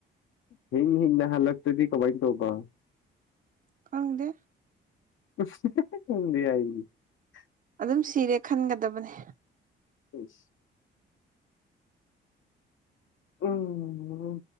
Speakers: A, on the left (about 80°); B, on the right (about 45°).
A: ꯍꯤꯡ ꯍꯤꯡꯅ ꯍꯜꯂꯛꯇ꯭ꯔꯗꯤ ꯀꯃꯥꯏꯅ ꯇꯧꯕ
B: ꯈꯪꯗꯦ
A: <unintelligible>
B: ꯑꯗꯨꯝ ꯁꯤꯔꯦ ꯈꯟꯒꯗꯕꯅꯤ
A: ꯑꯣꯏꯁ ꯎꯝ